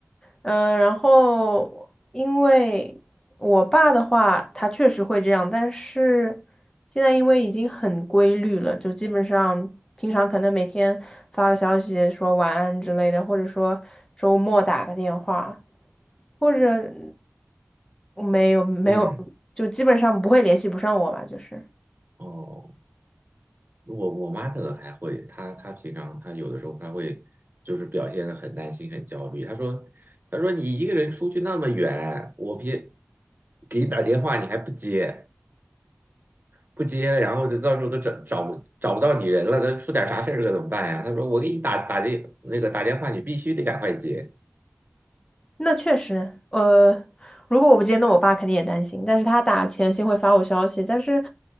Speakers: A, on the left; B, on the right.
A: 嗯、然后因为我爸的话，他确实会这样，但是现在因为已经很规律了，就基本上平常可能每天发个消息说晚安之类的，或者说周末打个电话，或者没有没有，
B: <laughs> 嗯，
A: 就基本上不会联系不上我吧，就是。
B: 哦，我我妈可能还会，她她平常她有的时候她会就是表现的很担心很焦虑。她说她说你一个人出去那么远，我别给你打电话你还不接。不接，然后就到时候都找找找不到你人了，那出点啥事儿可怎么办呀？他说我给你打打这那个打电话，你必须得赶快接。
A: 那确实，呃，如果我不接，那我爸肯定也担心。但是他打前先会发我消息，但是，